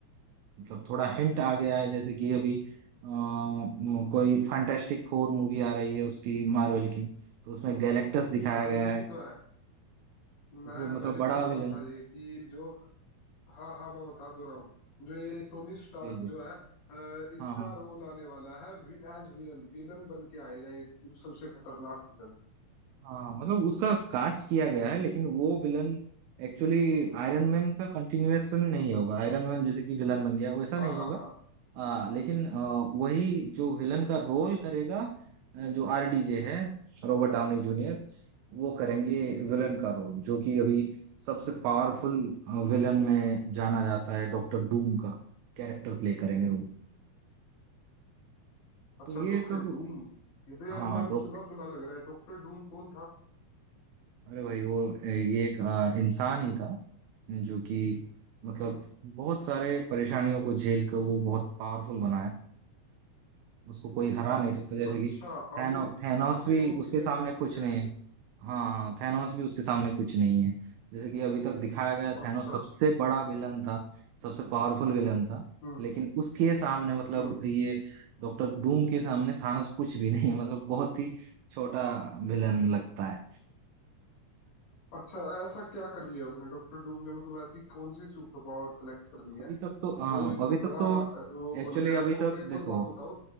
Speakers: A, on the right; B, on the left.
A: मतलब थोड़ा हिंट आ गया है जैसे कि अभी अ, म- कोई फैंटास्टिक फोर मूवी आ रही है उसकी मार्वल की तो उसमें गैलेक्टस दिखाया
B: अरे
A: गया
B: ये
A: है
B: भी तो है
A: उससे
B: मैं
A: मतलब
B: मैंने
A: बड़ा
B: भी सुना
A: विलन
B: था ये कि जो हाँ हाँ मैं बता दो रहा हूँ जो ये टोनी स्टार्क
A: जी जी
B: जो है अ, इसका
A: हाँ हाँ
B: रोल आने वाला है एज विलन विलन बन के आएगा ये सबसे खतरनाक विलन
A: हाँ मतलब उसका कास्ट किया गया है लेकिन वो विलन एक्चुअली आयरन मैन का कंटिन्यूएशन नहीं होगा आयरन मैन जैसे कि विलन बन गया वैसा
B: हाँ
A: नहीं
B: हाँ
A: होगा
B: हाँ
A: आ, लेकिन अ, वही जो विलन का रोल करेगा अ, जो आरडीजे है रॉबर्ट डाउनी जूनियर वो करेंगे विलन का रोल जो कि अभी सबसे पावरफुल विलन में जाना जाता है डॉक्टर डूम का कैरेक्टर प्ले करेंगे वो
B: अच्छा
A: तो ये
B: डॉक्टर
A: सब
B: डूम ये तो यार
A: हाँ
B: नाम
A: डॉक्टर
B: सुना सुना लग रहा है डॉक्टर डूम कौन था
A: अरे भाई वो अ, ये एक अ, इंसान ही था जो कि मतलब
B: हम्म
A: बहुत सारे परेशानियों को झेल कर वो बहुत पावरफुल बना है उसको कोई हरा नहीं सकता जैसे
B: अच्छा
A: कि थैनो
B: अभी
A: थैनोस
B: अभी
A: भी
B: वो
A: उसके
B: विलन
A: सामने कुछ
B: बन गया
A: नहीं
B: लेकिन
A: है हाँ हाँ थैनोस भी उसके सामने कुछ नहीं है जैसे कि अभी तक दिखाया गया
B: अच्छा
A: थैनोस सबसे बड़ा विलन था सबसे पावरफुल विलन था
B: हम्म
A: लेकिन उसके सामने मतलब
B: हम्म
A: ये डॉक्टर डूम के सामने थानोस कुछ भी नहीं है, मतलब बहुत ही छोटा विलन लगता है
B: अच्छा ऐसा क्या कर लिया उसने डॉक्टर डूम ने मतलब ऐसी कौन सी सुपर पावर कलेक्ट कर लिया
A: अभी
B: है
A: तक तो हाँ
B: जो इतना
A: अभी
B: बड़ा
A: तक तो
B: अ, वो
A: एक्चुअली
B: बन गया है
A: अभी
B: और
A: तक
B: एक और
A: देखो
B: बात बताओ